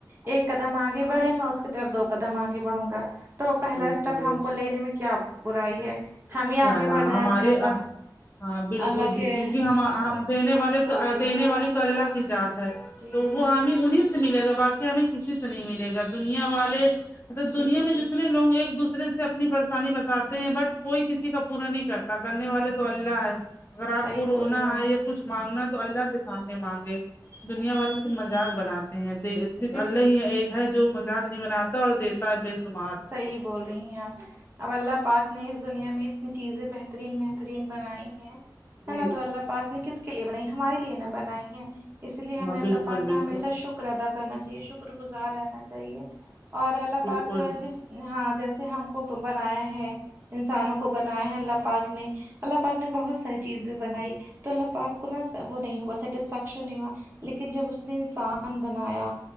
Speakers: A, on the right (about 35°); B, on the left (about 30°).
A: ایک قدم آگے بڑھے میں اس کی طرف دو قدم آگے بڑھوں گا تو پہلا
B: بے
A: اسٹیپ
B: شک بے
A: ہم کو
B: شک
A: لینے میں کیا برائی ہے ہم ہی
B: کیا
A: آگے
B: ہاں
A: بڑھ جائیں
B: ہمارے
A: اپنے اللہ
B: ہاں بالکل
A: اللہ کے
B: بالکل ہم
A: طرف
B: دینے والے دینے والی تو اللہ کی ذات ہے
A: جی
B: تو
A: جی
B: وہ ہمیں انیس سے ملے گا واقع ہمیں کسی سے نہیں ملے گا دنیا والے مطلب دنیا
A: جی
B: میں
A: جی
B: جتنے لوگ ایک دوسرے سے اپنی پریشانی بتاتے ہیں بٹ کوئی کسی کا پورا نہیں کرتا کرنے والے تو اللہ ہے اگر آپ
A: صحیح
B: کو
A: بول
B: رونا
A: رہی ہیں آپ
B: آے کچھ مانگنا تو اللہ کے سامنے مانگے دنیا والے سے مذاق بناتا صرف
A: جی
B: اللہ ہی ایک ہے جو مذاق نہیں بناتا اور دیتا ہے بے شمار
A: صحیح بول رہی ہیں آپ اب اللہ پاک نے اس دنیا میں اتنی چیزیں بہت ترین بہترین بنائی ہے
B: جی
A: نا تو اللہ پاک نے کس کے لیے بنائی ہمارے لیے نہ بنائی ہے اس لیے ہمیں اللہ
B: بالکل
A: پاک کا
B: بالکل
A: ہمیشہ شکر شکر ادا کرنا چاہیے شکر گزار رہنا چاہیے اور اللہ
B: بالکل
A: پاک جس ہاں جیسے ہم کو بنایا ہے انسانوں کو بنایا ہے اللہ پاک نے اللہ پاک نے بہت ساری چیزیں بنائی تو اللہ پاک کو نا وہ نہیں ہوا سیٹسفیکشن نہیں ہوا لیکن جب اس نے انسان بنایا